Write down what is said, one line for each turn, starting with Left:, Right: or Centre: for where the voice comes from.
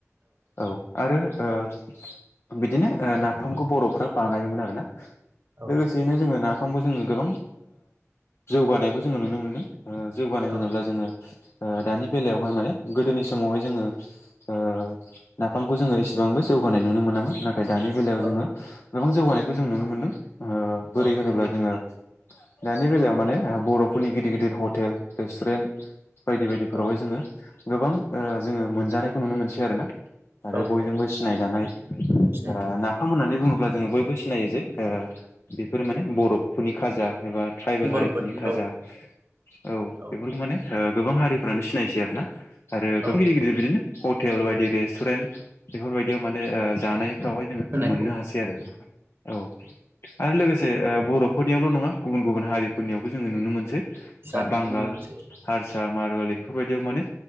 Left: औ आरो बिदिनो नाथामखौ बर'फोरा बानायोमोन आरोना
Right: औ
Left: लोगोसेयैनो जोङो नाफामबो जोङो गोबां जौगानायबो जोङो नुनो मोनदों <unintelligible>
Right: औ
Left: ओ दानि बेलायावहाय माने गोदोनि समावहाय जोङो ओ नाफामखौ जोङो एसेबां गोबांबो जौगानाय नुनो मोनामोन दानि बेलायाव
Right: औ
Left: जोङो गोबां जौगानायखौ जों नुनो मोनदों ओ बोरै
Right: औ
Left: होनोब्ला जोङो दानि बेलायाव माने बर'फोरनि गिदिर गिदिर हटेल रेस्टुरेन्ट बायदि बायदिफोरावहाय
Right: औ
Left: जोङो गोबां ओ जोङो मोनजानायखौ नुनो मोनसै आरोना आरो
Right: औ
Left: बयजोंबो
Right: औ
Left: सिनायजानाय
Right: सिनायगोन
Left: ओ नाफाम होननानै बुङोब्ला जोङो बयबो सिनायो जे ओ बेफोर माने बर'फोरनि खाजा एबा ट्राइबेल
Right: बर'फोरनि
Left: हारिफोरनि खाजा
Right: औ
Left: औ
Right: औ
Left: बेफोरखौ माने गोबां हारिफ्रानो सिनायसै आरो ना आरो गोब
Right: औ
Left: गिदिर गिदिर बिदिनो हटेल बायदि रेस्टुरेन्ट बेफोरबायदियाव माने ओ जानायफ्रावहाय जोङो
Right: होनायखौ
Left: मोननो हासै आरो औ आरो लोगोसे ओ बर'फोरनियावल' नङा गुबुन गुबुन हारिफोरनियावबो जोङो नुनो मोनसै ओ
Right: जानायखौ
Left: बांगाल
Right: नुनो मोनसै
Left: हारसा मारवालि बेफोरबायदियाव माने